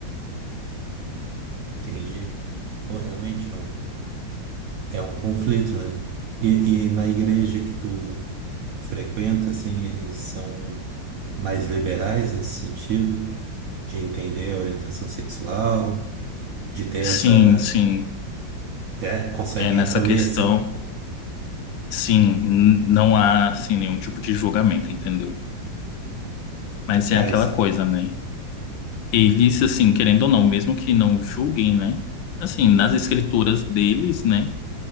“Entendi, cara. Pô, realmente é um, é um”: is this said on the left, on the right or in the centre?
Right